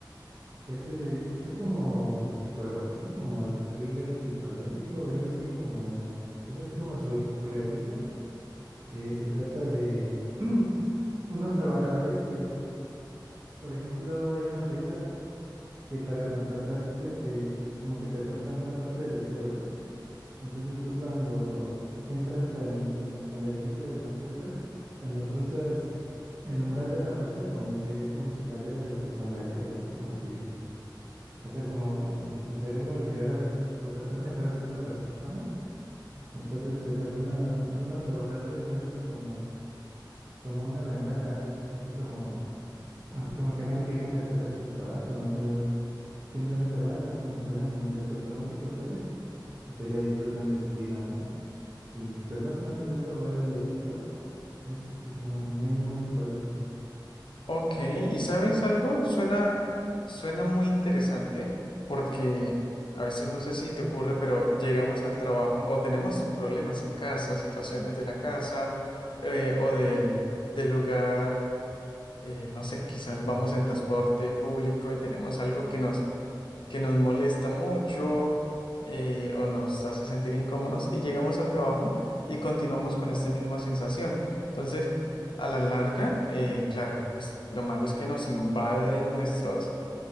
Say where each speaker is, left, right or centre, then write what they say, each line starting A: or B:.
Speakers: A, on the right; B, on the left.
A: Es, eh, es como psicológico, como thriller psicológico o algo así, como, es así como surrealista. Eh, se trata de <clears throat> unos trabajadores que, por ejemplo, hay una empresa que para contratarte te, como que te cortan una parte del cerebro Entonces tú cuando entras al, al edificio de la empresa, cuando cruzas el umbral de la puerta, como que es como si cambiaras de personalidad, así como si, o sea, como si tu cerebro olvidara tu persona y fueras otra persona. Entonces, pues algunas, algunos trabajadores ven eso como, como una ventaja, así como, así como que no se quieren estresar de su trabajo, no quiero, simplemente van, así como si estuvieran en el piloto automático, salen y pues ya disfrutan de su vida, ¿no? Y pues más o menos de eso va el estilo. ¿no? Es, es como muy, muy psicológico.
B: Ok, ¿y sabes algo? Suena, suena muy interesante porque a veces no sé si te ocurre, pero llegamos al trabajo o tenemos problemas en casa, situaciones de la casa eh, o del, del lugar, eh, no sé, quizás vamos en transporte público y tenemos algo que nos que nos molesta mucho eh, o nos hace sentir incómodos y llegamos al trabajo y continuamos con esta misma sensación. Entonces, a la larga, eh, claro, pues lo malo es que nos invaden nuestros,